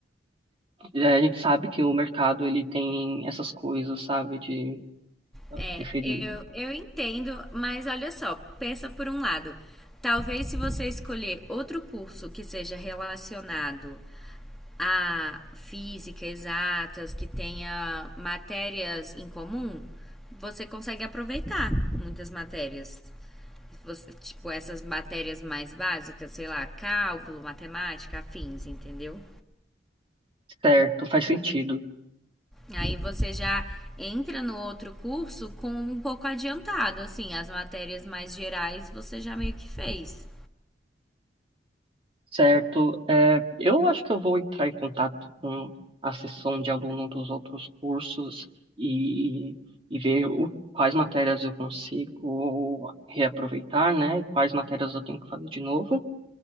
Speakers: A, on the right; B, in the centre.
A: é, a gente sabe que o mercado ele tem essas coisas, sabe, de ah,
B: É,
A: preferir.
B: eu, eu entendo, mas olha só, pensa por um lado. Talvez se você escolher outro curso que seja relacionado a física, exatas, que tenha matérias em comum, você consegue aproveitar muitas matérias. Você- tipo, essas matérias mais básicas, sei lá, cálculo, matemática, afins, entendeu?
A: Certo, faz sentido.
B: Aí você já entra no outro curso com um pouco adiantado, assim, as matérias mais gerais você já meio que fez.
A: Certo, é, eu acho que eu vou entrar em contato com a seção de aluno dos outros cursos e, e ver o- quais matérias eu consigo reaproveitar, né, e quais matérias eu tenho que fazer de novo.